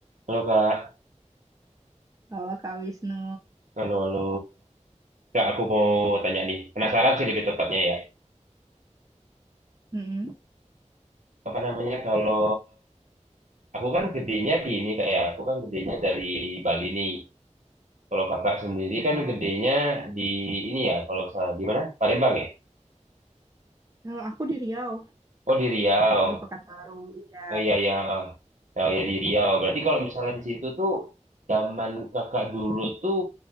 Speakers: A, on the right; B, on the right.
A: Halo Kak,
B: Halo Kak Wisnu.
A: halo halo. Kak, aku mau tanya nih. Penasaran sih lebih tepatnya ya.
B: Mm-mm,
A: Apa namanya kalau aku kan gedenya di ini Kak ya. Aku kan gedenya dari Bali nih. Kalau Kakak sendiri
B: Iya.
A: kan gedenya di ini ya. Kalau salah di mana? Palembang ya.
B: Kalau aku di Riau,
A: Oh di Riau.
B: di Pekanbaru. Iya.
A: Oh iya iya. Oh ya di Riau. Berarti kalau misalnya di situ tuh zaman Kakak dulu tuh